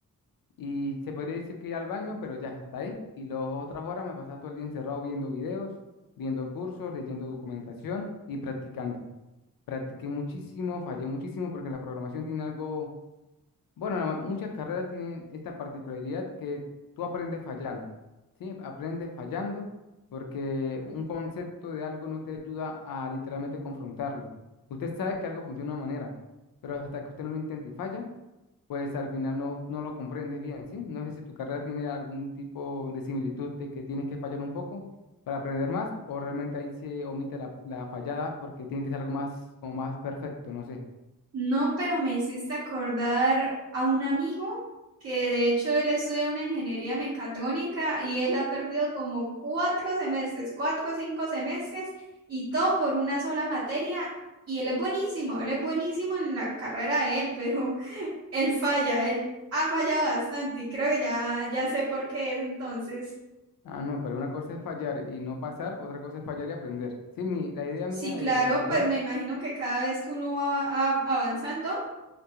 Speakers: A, on the left; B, on the right.
A: y se podría decir que iba al baño, pero ya hasta ahí. Y las otras horas me pasaba todo el día encerrado viendo videos, viendo cursos, leyendo documentación y practicando. Practiqué muchísimo, fallé muchísimo porque la programación tiene algo, bueno, la ma- muchas carreras tienen esta particularidad que tú aprendes fallando, ¿sí? Aprendes fallando porque un concepto de algo no te ayuda a literalmente confrontarlo. Usted sabe que algo funciona de una manera, pero hasta que usted no lo intenta y falla, pues al final no, no lo comprendes bien, ¿sí? No sé si tu carrera tiene algún tipo de similitud de que tienes que fallar un poco para aprender más o realmente ahí se omite la, la fallada porque tiene que ser algo más, como más perfecto, no sé.
B: No, pero me hiciste acordar a un amigo que de hecho él estudia una ingeniería mecatrónica y él ha perdido como cuatro semestres, cuatro o cinco semestres y todo por una sola materia. Y él es buenísimo, él es buenísimo en la carrera de él, pero... Él falla, él ha fallado bastante y creo que ya, ya sé por qué es entonces.
A: Ah, no, pero una cosa es fallar y no pasar, otra cosa es fallar y aprender. Sí, mi, la idea
B: Sí,
A: mía
B: claro,
A: de fallar,
B: pues me imagino que cada vez que uno va a- avanzando,